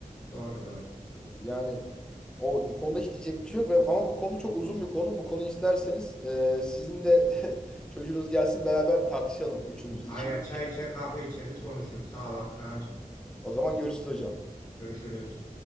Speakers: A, on the left; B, in the centre.
A: Doğru doğru.
B: Ee, yani o konuda hiç diyecek bir şey yok. Ve- Ama bu konu çok uzun bir konu. Bu konuyu isterseniz e, sizin de <laughs> çocuğunuz gelsin beraber tartışalım üçümüz. İki.
A: Aya çay içer, kahve içeriz, konuşuruz. Sağ ol Kaan'cığım.
B: O zaman görüşürüz hocam.
A: Görüşürüz.